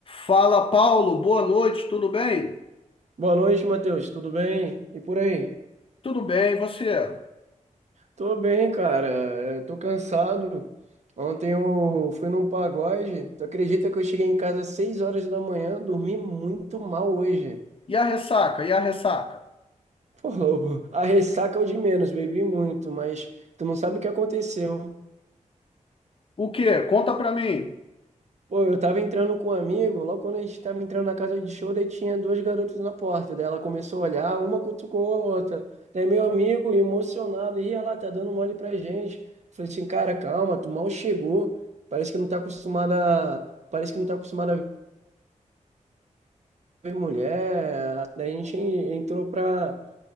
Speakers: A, on the left (about 45°); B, on the right (about 60°).
A: Fala, Paulo, boa noite, tudo bem?
B: Boa noite, Matheus. Tudo bem? E por aí?
A: Tudo bem, e você?
B: Tô bem, cara. É, Tô cansado. Ontem eu fui num pagode. Tu acredita que eu cheguei em casa às 6 horas da manhã? Dormi muito mal hoje.
A: E a ressaca? E a ressaca?
B: <laughs> Pô, a ressaca é o de menos, bebi muito, mas tu não sabe o que aconteceu.
A: O quê? Conta pra mim.
B: Pô, eu tava entrando com um amigo, logo quando a gente tava entrando na casa de show, daí tinha duas garotas na porta. Daí ela começou a olhar, uma cutucou a outra. Daí meu amigo, emocionado, ia lá, tá dando mole pra gente. Falei assim, cara, calma, tu mal chegou. Parece que não tá acostumada, a- parece que não tá acostumada a ver mulher. Daí a gente entrou pra,